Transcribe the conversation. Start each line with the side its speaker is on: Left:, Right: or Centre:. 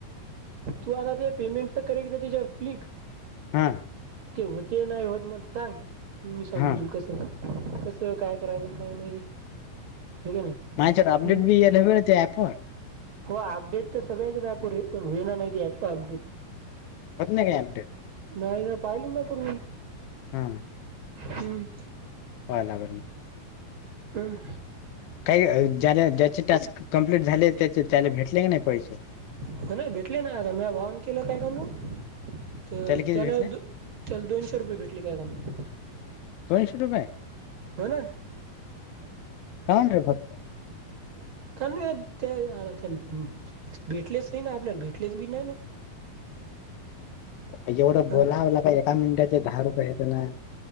Right: तू आता ते पेमेंटच कर एकदा त्याच्यावर क्लिक.
Left: हा!
Right: ते होते नाही होत मला सांग मी सांगतो
Left: हा
Right: तुला कस कसं काय करायचं. काही नाही. हे का नाही
Left: मायच्यात
Right: हं.
Left: अपडेट बी याला त्या ऍप वर.
Right: हो अपडेट तर सगळ्याच आहे पुरे पण हुंइना नाय ती ॲप अपडेट.
Left: होत नाय का आपडेट?
Right: नाही ना पाहिली ना करून.
Left: हम्म!
Right: हम्म!
Left: पायाला लागल.
Right: हम्म!
Left: काही ज्याला ज्याचे टास्क कंप्लीट झाले त्याचे त्याला भेटले का नाही पैसे?
Right: हो ना भेटले ना आता माया भावान केलं काय त
Left: किती
Right: त्याला
Left: भेटले
Right: दो त्याला दोनशे रुपये भेटले काय गणू
Left: दोनशे रुपये?
Right: होय नाय.
Left: काऊन र बघताय?
Right: काम नाय त्याला पण. भेटलेच नाही ना आपल्याला भेटलेच भी नाही ना.
Left: एवढं बोलावला
Right: हां
Left: का एका मिनिटाचे दहा रुपये हायत ना?